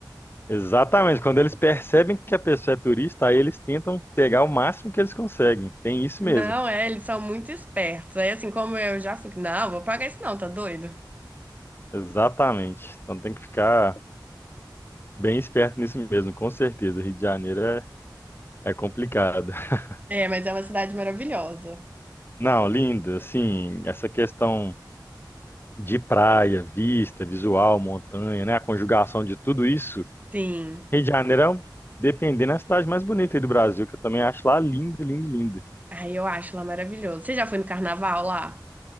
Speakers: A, on the left; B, on the right.
A: exatamente. Quando eles percebem que a pessoa é turista, aí eles tentam pegar o máximo que eles conseguem. Tem isso
B: Não,
A: mesmo,
B: é, eles são muito espertos. Aí, assim, como eu já fico, não, vou pagar isso não, tá doido?
A: exatamente. Então tem que ficar bem esperto nisso mesmo, com certeza. O Rio de Janeiro é, é complicado. <laughs>
B: É, mas é uma cidade maravilhosa.
A: Não, lindo, assim, essa questão. de praia, vista, visual, montanha, né? A conjugação de tudo isso.
B: Sim.
A: Rio de Janeiro é, um- dependendo, é a cidade mais bonita aí do Brasil, que eu também acho lá linda, linda, linda.
B: Ai, eu acho lá maravilhoso. Você já foi no carnaval lá?